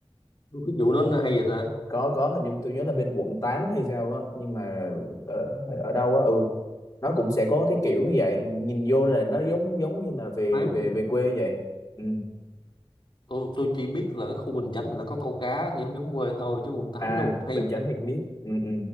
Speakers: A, on the left (about 50°); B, on the left (about 30°).
A: cái vụ đó nó hay vậy ta
B: có có hình như tôi nhớ là bên quận 8 hay sao á nhưng mà ở, ở đâu á ừ nó cũng sẽ có cái kiểu như vậy nhìn vô là nó giống giống như là về
A: Thám
B: về về quê vậy ừ.
A: tôi tôi chỉ biết là cái khu Bình Chánh là có câu cá thì giống giống quê thôi chứ quận 8
B: à
A: đâu hay
B: Bình Chánh
A: vậy
B: thì biết ừ, ừ.